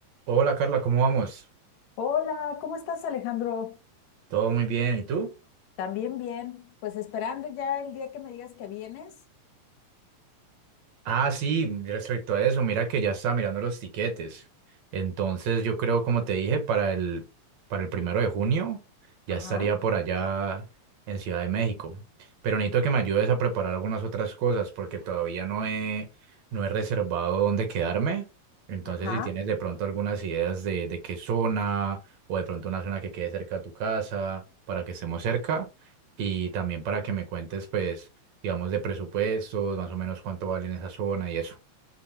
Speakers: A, on the right; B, on the left.
A: Hola Carla, ¿cómo vamos?
B: Hola, ¿cómo estás, Alejandro?
A: Todo muy bien, ¿y tú?
B: También bien, pues esperando ya el día que me digas que vienes.
A: Ah, sí, respecto a eso, mira que ya estaba mirando los tiquetes. Entonces, yo creo, como te dije, para el, para el primero de junio ya
B: Ajá,
A: estaría por allá en Ciudad de México. Pero necesito que me ayudes a preparar algunas otras cosas porque todavía no he, no he reservado dónde quedarme. Entonces,
B: ajá.
A: si tienes de pronto algunas ideas de, de qué zona o de pronto una zona que quede cerca de tu casa para que estemos cerca. Y también para que me cuentes, pues, digamos, de presupuestos, más o menos cuánto vale en esa zona y eso.